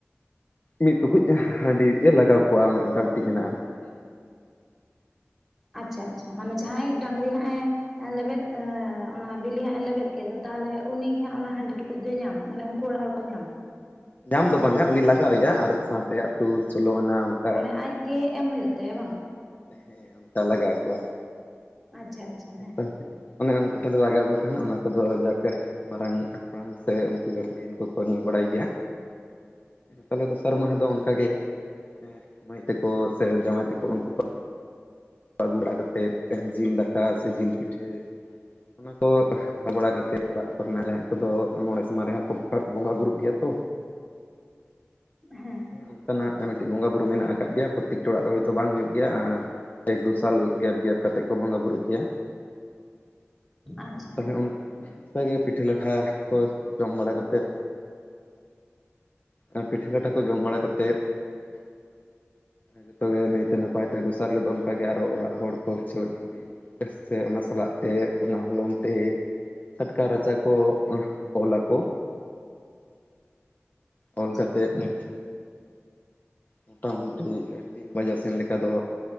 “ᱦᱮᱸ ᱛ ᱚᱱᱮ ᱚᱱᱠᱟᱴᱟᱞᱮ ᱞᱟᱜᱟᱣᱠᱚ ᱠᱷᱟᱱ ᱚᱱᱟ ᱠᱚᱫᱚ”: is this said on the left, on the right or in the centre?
Left